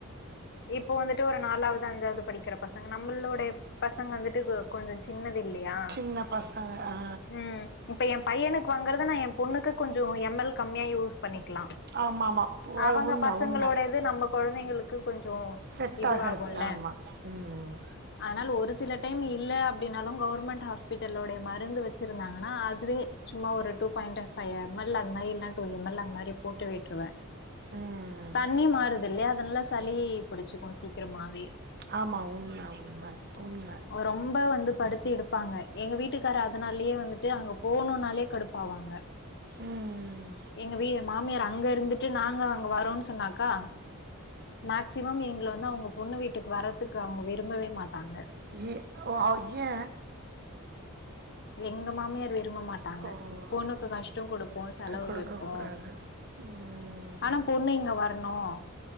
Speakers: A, on the left; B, on the right.
A: இப்போ வந்துட்டு ஒரு நாலாவது அஞ்சாவது படிக்கிற பசங்க நம்மளுடைய பசங்க வந்துட்டு ஒ கொஞ்சோ சின்னதே இல்லியா
B: சின்ன பசங்க ஆ
A: ம் இப்ப என் பையனுக்கு வாங்குறது நா என் பொண்ணுக்கு கொஞ்சோ கொஞ்சோ எம் எல் கம்மியா யூஸ் பண்ணிக்கலா
B: ஆமாம் ஆமாம் போ-
A: அவங்க
B: அது உண்மை
A: பசங்களுடையது
B: உண்மை
A: நம்ப கொழந்தைங்களுக்கு கொஞ்சோ
B: செட்
A: இதுவாகுல
B: ஆகாது ஆமாம் ம்
A: அதனால ஒரு சில டைம் யூ இல்ல அப்டினாலும் கவுர்மெண்ட் ஹாஸ்பிட்டலுடைய மருந்து வச்சிருந்தாங்க ஆனா அதுவே சும்மா ஒரு two point of five M L அது மாரி இல்ல டூ எம் எல் அந்த மாரி போட்டு விட்டுருவே
B: ம்
A: தண்ணி மாறுது இல்லையா நல்லா சளி புடிச்சிக்கும் சீக்கிரமாவே
B: ஆமா உண்ம உண்ம உண்ம
A: ரொம்போ வந்து படுத்து எடுப்பாங்க எங்க வீட்டுக்கார் அதுனாலயே வந்துட்டு அங்க போணுனாலே கடுப்பாவாங்க
B: ம்
A: எங்க வீ மாமியாரு அங்க இருந்துட்டு நாங்க வரு சொன்னாக்கா மேக்சிமம் எங்கள வந்து அவுங்க பொண்ணு வீட் டுக்கு வரதுக்கு அவுங்க விரும்பவே மாட் டாங்க
B: ஏ ஓ அவ் ஏ
A: எங்க மாமியார் விரும்ப மாட்டாங்க
B: ஓ
A: பொண்ணுக்கு கஷ்டம் குடுப்போம்
B: விட்டு
A: செலவு
B: கொடுக்கக்கூடாது
A: வப்போம்
B: ம்,
A: ஆனா பொண்ணு இங்க வரணும்